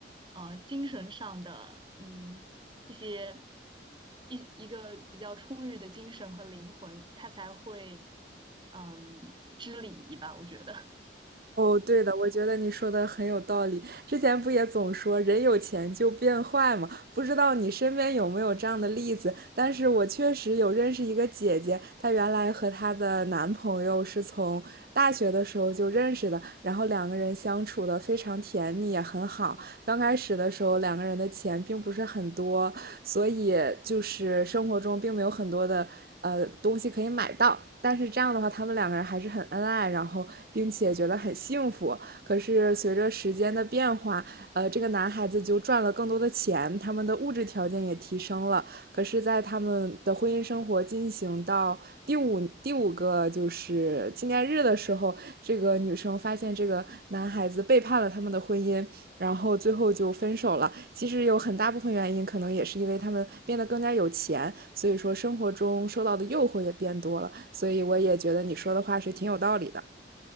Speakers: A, on the right (about 25°); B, on the right (about 55°).
A: 呃，精神上的，嗯。一些一一个比较充裕的精神和灵魂，他才会嗯知礼仪吧，我觉得。
B: 哦，对的，我觉得你说的很有道理。之前不也总说人有钱就变坏嘛？不知道你身边有没有这样的例子？但是我确实有认识一个姐姐，她原来和她的男朋友是从大学的时候就认识的，然后两个人相处的非常甜蜜，也很好。刚开始的时候，两个人的钱并不是很多，所以就是生活中并没有很多的呃东西可以买到。但是这样的话，他们两个人还是很恩爱，然后并且觉得很幸福。可是随着时间的变化，呃，这个男孩子就赚了更多的钱，他们的物质条件也提升了，可是，在他们的婚姻生活进行到第五第五个就是纪念日的时候，这个女生发现这个男孩子背叛了他们的婚姻，然后最后就分手了。其实有很大部分原因，可能也是因为他们变得更加有钱，所以说生活中受到的诱惑也变多了。所以我也觉得你说的话是挺有道理的。